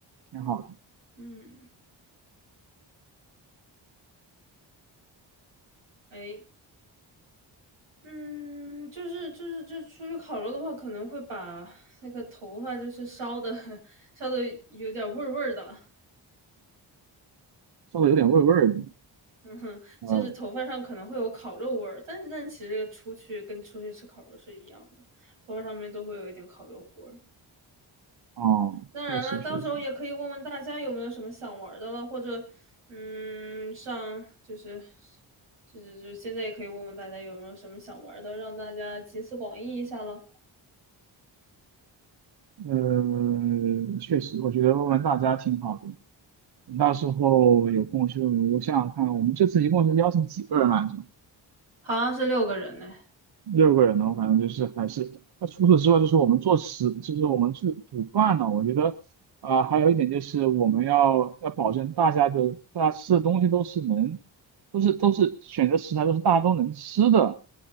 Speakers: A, on the right; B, on the right.
A: 挺好的。
B: 嗯，哎，嗯，就是就是就出去烤肉的话，可能会把那个头发就是烧的 <laughs> 烧的有点味儿味儿的，
A: 说的有点味味儿的，
B: 嗯哼，
A: 呃，
B: 就是头发上可能会有烤肉味儿，但是但其实出去跟出去吃烤肉是一样的，头发上面都会有一点烤肉味儿。
A: 哦，
B: 当然了，
A: 确实确实，
B: 到时候也可以问问大家有没有什么想玩的了，或者嗯，上就是就是就现在也可以问问大家有没有什么想玩的，让大家集思广益一下了。
A: 呃，确实，我觉得问问大家挺好的。你到时候有空就，我想想看，我们这次一共是邀请几个人来着？
B: 好像是六个人呢。
A: 六个人呢，我反正就是还是，那除此之外，就是我们做食，就是我们去煮饭呢。我觉得，啊、还有一点就是我们要要保证大家的大家吃的东西都是能，都是都是选择食材都是大家都能吃的。